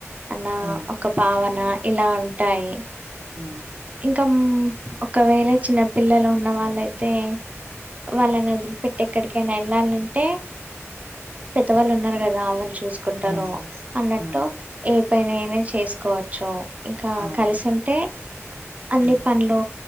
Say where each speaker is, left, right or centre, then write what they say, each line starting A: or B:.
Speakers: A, on the right; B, on the right.
A: అన్నా
B: ఉమ్,
A: ఒక భావన ఇలా ఉంటాయి
B: ఆ
A: ఇంకాం ఒకవేళ చిన్న పిల్లలు ఉన్నవాళ్ళయితే వాళ్ళను వదిలిపెట్ ఎక్కడికైనా ఎళ్ళాలంటే పెద్దవాళ్ళు ఉన్నారు కదా వాళ్ళు చూసు కుంటారు
B: ఉమ్,
A: అన్నట్టు
B: ఉమ్,
A: ఏ పనైనా చేసుకోవచ్చు ఇంకా
B: అవును
A: కలిసి ఉంటే అన్ని
B: ఉమ్,
A: పనులు